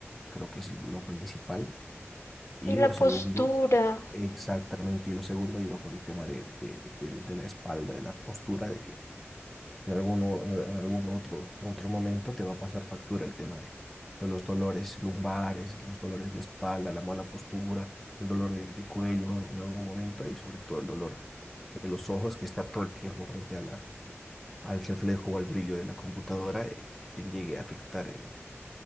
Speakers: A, in the centre; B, on the left.
A: creo que es lo principal. Y
B: Y la
A: lo
B: postura.
A: segundo, exactamente, y lo segundo iba por el tema de, de, del- de la espalda, de la postura, de que en algún, o- en algún otro, otro momento te va a pasar factura el tema de, de los dolores lumbares, los dolores de espalda, la mala postura, el dolor de, de cuello en algún momento y sobre todo el dolor de los ojos que está todo el tiempo frente a la, al reflejo o al brillo de la computadora eh, te llegue a afectar en-